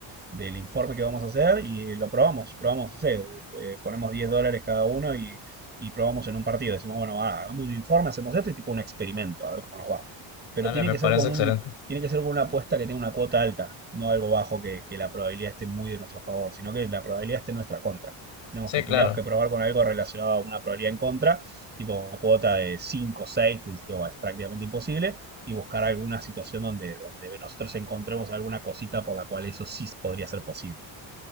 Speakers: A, on the right; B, on the left.
A: del informe que vamos a hacer y lo probamos, probamos, no sé, eh, ponemos 10 dólares cada uno y, y probamos en un partido. Decimos, bueno, ah, hagamos un informe, hacemos esto y tipo un experimento, a ver cómo nos va. Pero
B: Dale,
A: tiene
B: me
A: que
B: parece
A: ser con
B: excelente.
A: un, tiene que ser con una apuesta que tenga una cuota alta, no algo bajo que, que la probabilidad esté muy de nuestro favor, sino que la probabilidad esté en nuestra contra. Tenemos
B: Sí,
A: que, tendríamos
B: claro.
A: que probar con algo relacionado a una probabilidad en contra, tipo una cuota de 5, 6 que dice, oh, es prácticamente imposible, y buscar alguna situación donde, donde nosotros encontremos alguna cosita por la cual eso sí podría ser posible.